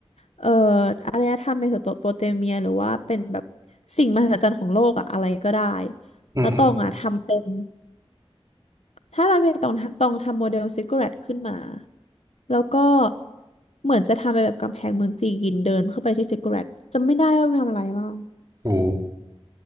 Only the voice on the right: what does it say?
อืม
ๆโอ้